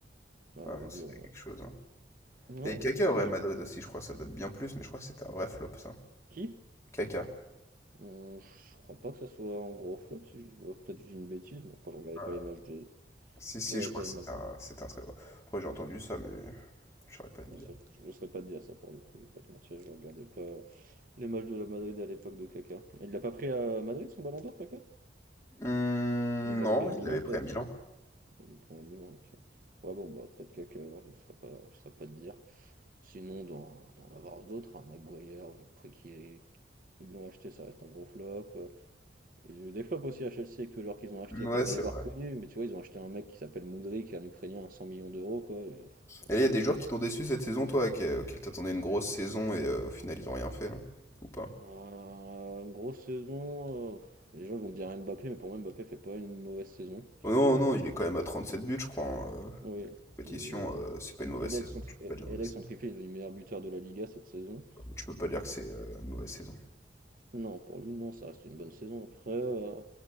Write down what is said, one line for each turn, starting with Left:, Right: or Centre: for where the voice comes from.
Right: Bah, environ,
Left: Ouais, non, c'était quelque
Right: ouais.
Left: chose. hein.
Right: Ah,
Left: Et Kaka
Right: bah c'est dommage.
Left: au Real Madrid aussi, je crois, ça date bien plus, mais je crois que c'était un vrai flop, ça.
Right: Qui?
Left: Kaka.
Right: Hum, je crois pas que ça soit un gros flop, si je dis, ouais, peut-être que je dis une bêtise, mais après je regardais
Left: Ah,
Right: pas les matchs de...
Left: Si, si,
Right: Je regardais
Left: je crois
Right: pas
Left: que
Right: les
Left: c'était
Right: matchs, non.
Left: un, c'est un très gros. Après, j'ai entendu ça, mais je saurais pas te dire.
Right: Non, ça, je, ne saurais pas te dire ça pour le coup, je vais pas te mentir, je regardais pas les matchs de la Madrid à l'époque de Kaka. Mais il l'a pas pris à Madrid son ballon d'or, Kaka?
Left: Hum,
Right: Ou il l'a
Left: non,
Right: pris à
Left: il
Right: Milan
Left: l'avait pris
Right: peut-être?
Left: à Milan.
Right: Il des points à Milan, ok. Ouais, bon, bah, peut-être Kaka, alors je ne saurais pas, je saurais pas te dire. Sinon, d'en d'en avoir d'autres, un Maguire, vu le prix qui est- qu'ils l'ont acheté, ça reste un gros flop. Euh, Ils ont eu des flops aussi à Chelsea avec tous les joueurs qu'ils ont achetés.
Left: Ouais,
Right: Après, c'est
Left: c'est
Right: pas des joueurs
Left: vrai.
Right: connus, mais tu vois, ils ont acheté un mec qui s'appelle Moudry, qui est un Ukrainien à 100 millions d'euros, quoi. et, euh,
Left: Et il y a
Right: il
Left: des
Right: joue
Left: joueurs
Right: plus.
Left: qui t'ont déçu cette saison, toi, qui- auxquels t'attendais une grosse saison et euh, au final ils ont rien fait, là. Ou pas?
Right: Euh, une grosse saison. euh, les gens vont me dire Mbappé, mais pour moi, Mbappé fait pas une mauvaise saison, sur
Left: Oh non,
Right: le plan
Left: non,
Right: individuel.
Left: il est quand même à 37 buts, je crois. en, euh,
Right: Oui,
Left: compétition,
Right: et,
Left: euh, c'est pas une mauvaise
Right: et là,
Left: saison.
Right: avec son, tri-
Left: Tu peux
Right: et-
Left: pas dire
Right: et
Left: mauvaise.
Right: là, avec son triplé, il est devenu meilleur buteur de la Liga cette saison.
Left: Tu peux pas dire que c'est euh, une mauvaise saison.
Right: Non, pour lui, non, ça reste une bonne saison. Après, euh,